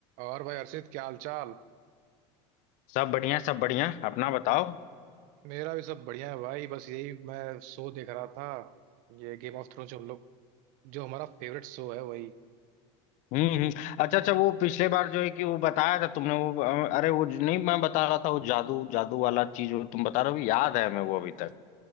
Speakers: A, on the right; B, on the left.
A: और भाई हर्षित क्या हाल चाल
B: सब बढ़िया सब बढ़िया अपना बताओ
A: मेरा भी सब बढ़िया है भाई बस यही मैं शो देख रहा था ये गेम ऑफ थ्रोन्स हम लोग जो हमारा फेवरेट शो है वही
B: हम्म हम्म अच्छा अच्छा वो पिछले बार जो है कि वो बताया था तुमने वो अ, अरे वो जो- नहीं मैं बता रहा था वो जादू जादू वाला चीज वो तुम बता रहे हो याद है हमें वो अभी तक